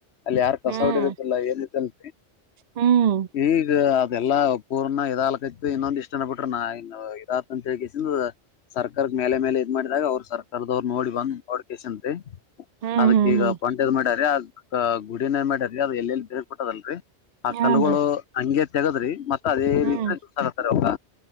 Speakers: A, on the left; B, on the right.
A: ಅಲ್ಲಿ ಯಾರ ಕಸೋಡಿ
B: ಹ್ಮ್
A: ಇರುತ್ತಿಲ್ಲ ಏನತ್ತನ್ರಿ
B: ಹ್ಮ್
A: ಈಗ ಅದೆಲ್ಲಾ ಪೂರ್ನ ಇದಾಲ್ಕೈತ್ತು ಇನ್ನೊಂದ್ ಇಷ್ಟನ ಬಿಟ್ರ ನಾ ಇ ಇದತಂತ ಎಲ್ಕೇಸಿಂದ ಸರ್ಕಾರ ಮೇಲೆ ಮೇಲೆ ಇದ್ ಮಾಡಿದಾಗ ಅವ್ರರು ಸರ್ಕಾರದವ್ರರು ನೋಡಿ ಬಂದ ಅವಡ್ಕಸಂತೆ
B: ಹ್ಮ್
A: ಅದಕ್ಕ
B: ಹ್ಮ್ ಹ್ಮ್
A: ಈಗ ಪಂಟದ್ ಮಾಡ್ಯ್ರೀ ಆ ಗುಡಿನಗ ಮಾಡ್ಯಾರೀ ಅದ ಎಲ್ಲೆಲ್ಲಿ ಬೇರ್ಬಿಟ್ಟದಲ್ರರಿ ಆ
B: ಹಾನ್ರಿ
A: ಕಲ್ಲುಗಳು ಹಂಗೆ ತೆಗದ್ರಿ ಮತ್ತ ಅದೇ
B: ಹ್ಮ್
A: ರೀತ ಜೂಸ್ ಆಕತ್ತಾರೆ ಅದ್ಕ